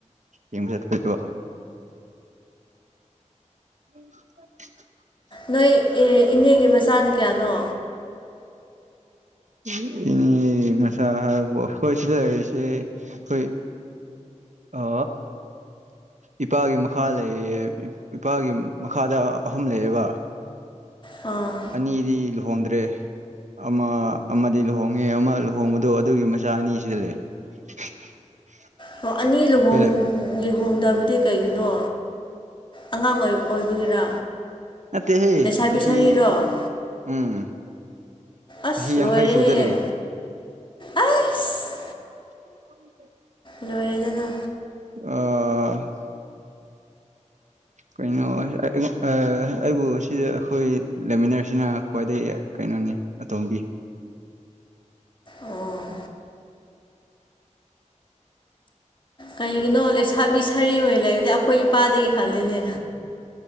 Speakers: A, on the right; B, on the left.
A: ꯌꯦꯡꯕ ꯆꯠꯄꯗꯣ ꯎꯝ
B: ꯅꯣꯏ ꯏꯅꯦꯒꯤ ꯃꯆꯥꯗꯤ ꯀꯌꯥꯅꯣ
A: <unintelligible> ꯏꯅꯦ ꯃꯆꯥꯥ ꯍꯥꯏꯕ ꯑꯩꯈꯣꯏ ꯁꯤꯗꯁꯦ ꯑꯩꯈꯣꯏ ꯑ ꯏꯄꯥꯒꯤ ꯃꯈꯥ ꯂꯩꯌꯦ ꯏꯄꯥꯒꯤ ꯃꯈꯥꯗ ꯑꯍꯨꯝ ꯂꯩꯌꯦꯕ
B: ꯑꯥ
A: ꯑꯅꯤꯗꯤ ꯂꯨꯍꯣꯡꯗ꯭ꯔꯦ ꯑꯃ ꯑꯃꯗꯤ ꯂꯨꯍꯣꯡꯉꯦ ꯑꯃ ꯂꯨꯍꯣꯡꯕꯗꯣ ꯑꯗꯨꯒꯤ ꯃꯆꯥ ꯑꯅꯤꯁꯤꯗ ꯂꯩ <unintelligible>
B: ꯍ ꯑꯅꯤ ꯂꯨꯍ
A: ꯑꯩꯈꯣꯏ
B: ꯂꯨꯍꯣꯡꯗꯕꯗꯤ ꯀꯩꯒꯤꯅꯣ ꯑꯉꯥꯡ ꯑꯣꯏ ꯑꯣꯏꯕꯒꯤꯔ
A: ꯑꯠꯇꯍꯦ
B: ꯂꯩꯁꯥꯕꯤ
A: ꯆꯍꯤ ꯆꯍꯤ
B: ꯁꯥꯔꯤꯔꯣ
A: ꯎꯝ
B: ꯑꯁ
A: ꯆꯍꯤ ꯌꯥꯡꯈꯩ
B: ꯂꯣꯏꯔꯦꯍꯦ
A: ꯁꯨꯗꯔꯦ
B: ꯑꯩꯁ
A: ꯎ
B: ꯂꯣꯏꯔꯦꯗꯅ
A: ꯑ ꯀꯩꯅꯣ ꯑꯩꯕꯨ ꯁꯤꯗ ꯑꯩꯈꯣꯏ ꯂꯩꯃꯤꯟꯅꯔꯤꯁꯤꯅ ꯈ꯭ꯋꯥꯏꯗꯒꯤ ꯀꯩꯅꯣꯅꯤ ꯑꯇꯣꯝꯕꯤ
B: ꯑꯣ ꯀꯩꯒꯤꯅꯣ ꯂꯩꯁꯥꯕꯤ ꯁꯥꯔꯤ ꯑꯣꯏꯅ ꯂꯩꯕꯗꯤ ꯄꯥꯗ ꯈꯥ ꯂꯂ